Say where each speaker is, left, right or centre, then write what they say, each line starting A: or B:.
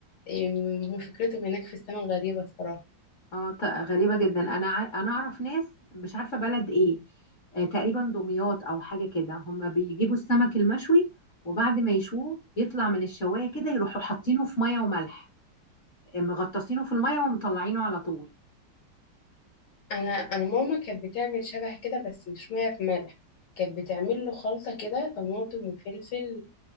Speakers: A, on the left; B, on the left.
A: إم، هم فكرتهم هناك في السمك غريبه الصراحه
B: اه ط- غريبة جدا انا ع- انا اعرف ناس مش عارفة بلد ايه آه تقريبا دمياط او حاجة كده هم بيجيبوا السمك المشوي وبعد ما يشوه يطلع من الشواية كده يروحوا حاطينه في مية وملح آه، مغطاسينه في المية ومطلعينه على طول
A: انا انا ماما كانت بتعمل شبه كده بس مش ميه في ملح كانت بتعمل له خلطه كده طماطم وفلفل